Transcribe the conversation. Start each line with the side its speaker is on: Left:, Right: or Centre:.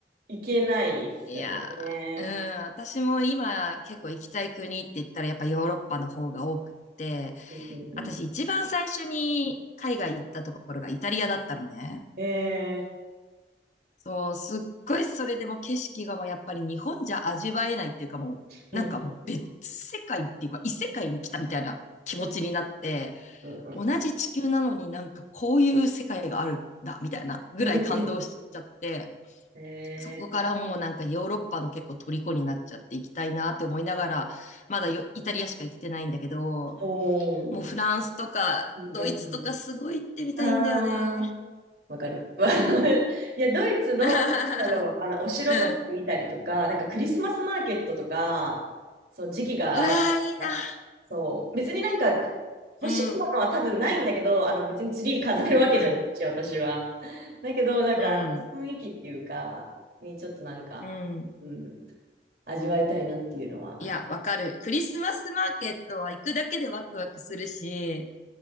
Right: 行けないですよね。
Left: いやー、うん、私も今結構行きたい国って言ったらやっぱヨーロッパの方が多くって、
Right: うんうんうん
Left: 私一番最初に海外行ったところがイタリアだったのね。
Right: ええ
Left: そう、すっごいそれでも景色がもうやっぱり日本じゃ味わえないっていうかもう、
Right: うん、
Left: なんかもう別世界っていうか異世界に来たみたいな気持ちになって、
Right: うん、うん、うん、う
Left: 同じ地球なのになんかこういう世界があるんだみたいなぐらい感動しちゃって、
Right: ん、うん、うん、
Left: そこからもうなんかヨーロッパの結構虜になっちゃって行きたいなって思いながら、
Right: ええ
Left: まだよイタリアしか行けてないんだけど、
Right: お
Left: もうフランスとかドイツとかすごい行ってみたいんだよね。
Right: ー、うん、うんうん、ああ、わかる。<laughs> いや、ドイツの、
Left: <laughs>
Right: なんだろう、あの、お城とか見たりとか、
Left: うん。
Right: なんかクリスマスマーケットとか、そう、時期が合えば、
Left: うわー、いいな。
Right: そう、別になんか、欲しいものは多分ないんだけど、
Left: うん。
Right: あの、別にツリー飾るわけじゃないし、
Left: うん、
Right: 私は。だけど、なんか、
Left: うん、
Right: 雰囲気っていうか、にちょっとなんか、
Left: うん。
Right: うん、味わいたいなっていうのはある。
Left: いや、わかる。クリスマスマーケットは行くだけでワクワクするし、